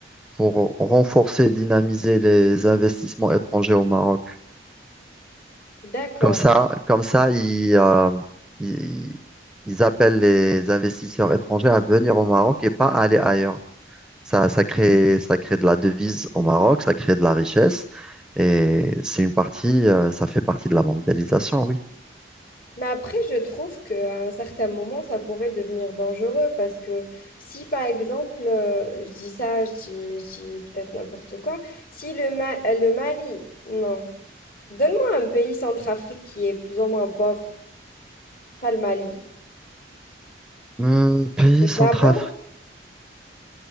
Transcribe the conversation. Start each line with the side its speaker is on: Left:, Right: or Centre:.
Centre: pour renforcer et dynamiser les investissements étrangers au Maroc.
Left: D'accord.
Centre: Comme ça, comme ça, ils, euh, ils, ils appellent les investisseurs étrangers à venir au Maroc et pas à aller ailleurs. Ça, ça crée, ça crée de la devise au Maroc, ça crée de la richesse et c'est une partie, euh, ça fait partie de la mondialisation, oui.
Left: Mais après, je trouve qu'à un certain moment, ça pourrait devenir dangereux parce que si, par exemple, euh, je dis ça, je dis, je dis peut-être n'importe quoi, si le, Ma- euh, le Mali, non, donne-moi un pays centrafrique qui est plus ou moins pauvre, pas le Mali,
Centre: Hum, pays
Left: le Gabon,
Centre: centrafricain,